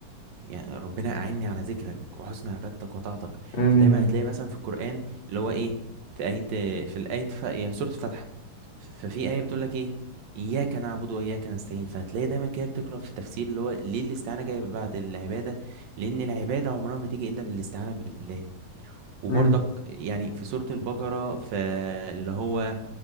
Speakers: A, on the right; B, on the left.
A: يعني ربنا أعني على ذكرك وحسن عبادتك وطاعتك
B: آمين
A: فدايما
B: يا رب
A: هتلاقي مثلا في القرآن اللي هو إيه في آية في الآية ف... يعني سورة الفاتحة ف- ففي آية بتقول لك إيه إياك نعبد وإياك نستعين فهتلاقي دايما كده بتقرأ في التفسير اللي هو ليه الاستعانة جاية بعد العبادة لأن العبادة عمرها ما تيجي إلا بالاستعانة بالله وبرضك
B: مم.
A: يعني في سورة البقرة فاللي هو